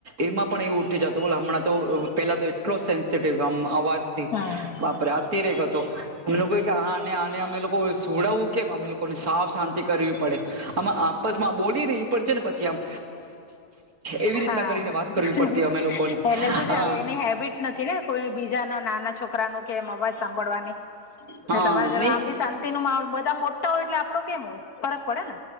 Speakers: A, on the right (about 65°); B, on the left (about 70°).
A: એમાં પણ એવું ઉઠી જતો બોલો હમણાં તો પેલા તો એટલો સેન્સિટિવમ <unintelligible>
B: હમ
A: બાપરે <unintelligible> તો અમે લોકો કે આ આને અમે લોકો સુડાવું કેમ અમે લોકોને સાફ શાંતિ કરવી પડે. આમે આપસમાં બોલી ને ઈ પણ છે ને પછી આમ એવી
B: હા
A: રીતના કરીને વાત. કરવી
B: એટલે
A: પડતી અમે લોકોને હા
B: શું છે, હવે એની હેબિટ નથી ને કોઈ બીજા ના નાના છોકરા ન કે અવાજ સા સાંભળવાની.
A: હા
B: તમારા ઘરમાં
A: નહી
B: આમ બી શાંતિ નો માહોલ બધા મોટા હોય એટલે આપડો કેમ હોય ફરક પડે ને.